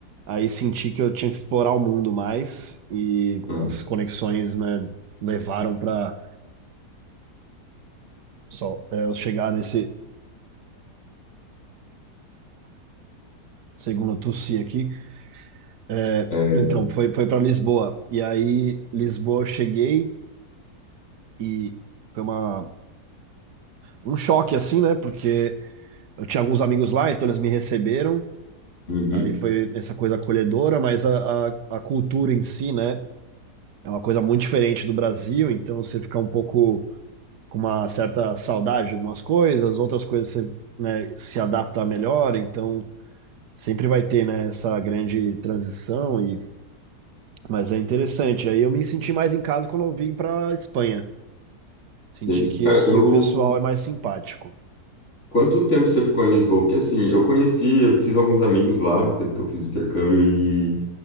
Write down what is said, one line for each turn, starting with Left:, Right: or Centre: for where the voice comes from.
Right: aí senti que eu tinha que explorar o mundo mais e
Left: Uhum.
Right: as conexões, né, levaram para só é, eu chegar nesse segundo Tussi aqui É,
Left: É,
Right: então, foi, foi para Lisboa. E aí, Lisboa, eu cheguei e foi uma, um choque, assim, né? Porque eu tinha alguns amigos lá, então eles me receberam.
Left: Uhum,
Right: Aí foi essa coisa acolhedora, mas a, a, a cultura em si, né? É uma coisa muito diferente do Brasil, então você fica um pouco com uma certa saudade de algumas coisas, outras coisas você, né, se adapta melhor, então sempre vai ter, né, essa grande transição e Mas é interessante. Aí eu me senti mais em casa quando eu vim para Espanha. Senti
Left: sei.
Right: que
Left: Cara,
Right: aqui
Left: eu.
Right: o pessoal é mais simpático.
Left: Quanto tempo você ficou em Lisboa? Porque assim, eu conheci, eu fiz alguns amigos lá no tempo que eu fiz o intercâmbio e